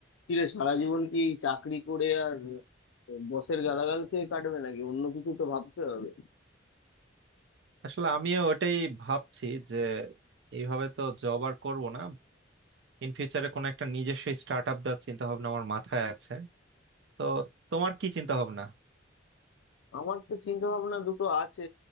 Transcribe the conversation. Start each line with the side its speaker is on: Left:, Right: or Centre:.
Left: কি রে সারা জীবন কি এই চাকরি করে আর বসের গালাগাল খেয়ে কাটবে নাকি অন্য কিছু তো ভাবতে হবে
Right: আসলে আমিও ওটাই ভাবছি যে এইভাবে তো জব আর করবো না ইন ফিউচারে কোনো একটা নিজস্ব স্টার্ট আপ দেওয়ার চিন্তা ভাবনা আমার মাথায় আছে তো তোমার কি চিন্তা ভাবনা
Left: আমার তো চিন্তা ভাবনা দুটো আছে